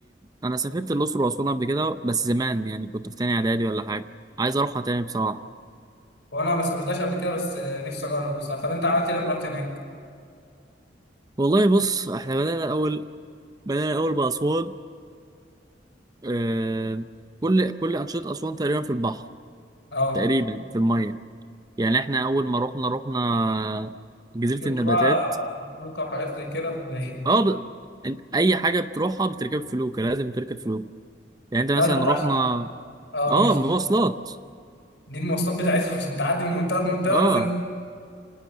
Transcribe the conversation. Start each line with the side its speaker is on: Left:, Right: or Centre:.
Right: انا سافرت الاقصر واسوان قبل كده بس زمان يعني كنت في تاني اعدادي ولا حاجه عايز اروحها تاني بصراحه
Left: وانا ما سافرتهاش قبل كده بس نفسي اجرب بصراحه طب انت عملت ايه لما رحت هناك
Right: والله بص احنا بدانا الاول بدانا الاول باسوان أه. كل كل انشطه اسوان تقريبا في البحر
Left: اه
Right: تقريبا في الميه يعني احنا اول ما رحنا رحنا جزيره
Left: جبت
Right: النباتات
Left: بقى لوكا وحاجات زي كده <laughs> ولا ايه
Right: اه ب... انت اي حاجه بتروحها بتركب فلوكه لازم تركب فلوكه يعني انت مثلا
Left: اه ده بتاع-
Right: رحنا
Left: اه ماشي
Right: اه مواصلات
Left: دي المواصلات بتاعتهم <laughs> عشان تعدي من منطقه لمنطقه
Right: اه
Left: لازم